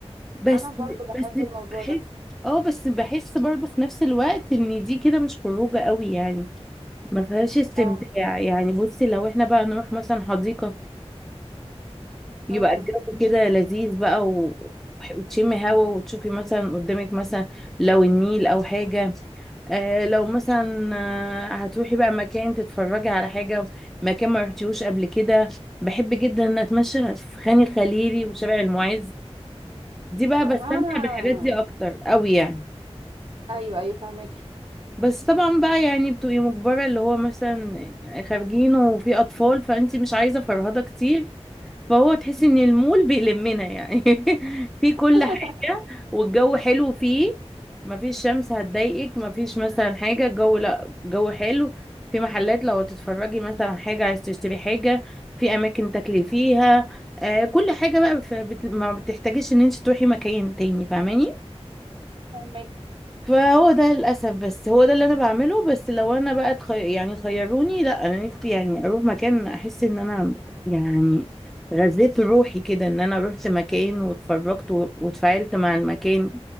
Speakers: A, in the centre; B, on the right.
A: بس
B: انا برضو بحب
A: بس
B: الموضوع
A: بحس
B: ده
A: اه بس بحس برضه في نفس الوقت ان دي كده مش خروجه قوي يعني ما فيهاش استمتاع
B: اه
A: يعني بصي لو احنا بقى نروح مثلا حديقة يبقى
B: امم
A: الجو كده لذيذ بقى و... وح- وتشمي هوا وتشوفي مثلا قدامك مثلا لو النيل او حاجة آه لو مثلا آه، هتروحي بقى مكان تتفرجي على حاجة مكان ما رحتيهوش قبل كده بحب جدا ان اتمشى في خان الخليلي وشارع المعز دي بقى
B: اها
A: بستمتع بالحاجات دي اكتر قوي يعني
B: ايوه ايوه فهماكي
A: بس طبعا بقى يعني بتبقي مجبرة اللي هو مثلا خارجين وفي أطفال فأنت مش عايزة فرهدة كتير فهو تحسي إن المول بيلمنا يعني <laughs> في كل
B: <laughs>
A: حاجة والجو حلو فيه مفيش شمس هتضايقك مفيش مثلا حاجة الجو لأ جو حلو في محلات لو تتفرجي مثلا على حاجة عايز تشتري حاجة في أماكن تاكلي فيها آه كل حاجة بقى ف- بت- ما بتحتاجيش إن أنت تروحي مكان تاني فاهماني
B: فهماكي
A: فهو ده للأسف بس هو ده اللي أنا بعمله بس لو أنا بقى تخي... يعني خيروني لا أنا نفسي يعني أروح مكان أحس إن أنا يعني غذيت روحي كده إن أنا رحت مكان واتفرجت و... واتفاعلت مع المكان